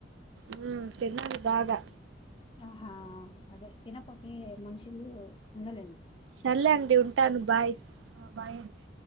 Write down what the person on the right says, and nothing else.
ఉమ్ తిన్నాను బాగా
సర్రలే అండి ఉంటాను బాయ్ ఆ బాయ్ అండి